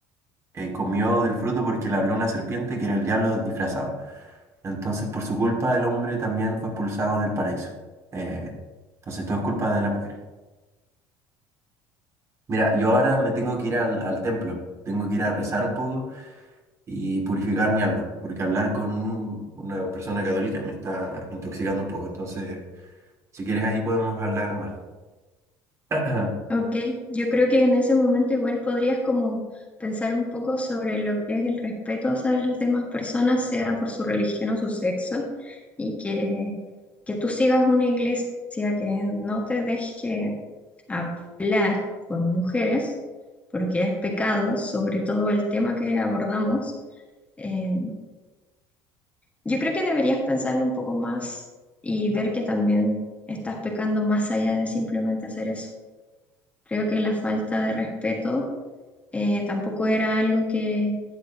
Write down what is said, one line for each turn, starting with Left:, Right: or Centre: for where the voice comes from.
Right: eh, comió del fruto porque le habló una serpiente que era el diablo disfrazado. Entonces, por su culpa, el hombre también fue expulsado del paraíso. Eh, entonces, todo es culpa de las mujeres. Mira, yo ahora me tengo que ir al, al templo, tengo que ir a rezar un poco y purificar mi alma, porque hablar con un- una persona católica me está intoxicando un poco. Entonces, si quieres, ahí podemos hablar más. <clears throat>
Left: Ok, yo creo que en ese momento igual podrías como pensar un poco sobre lo que es el respeto hacia las demás personas, sea por su religión o su sexo, y que, que tú sigas una iglesia que no te deje hablar con mujeres, porque es pecado, sobre todo el tema que abordamos. Eh, yo creo que deberías pensarlo un poco más y ver que también estás pecando más allá de simplemente hacer eso. Creo que la falta de respeto eh, tampoco era algo que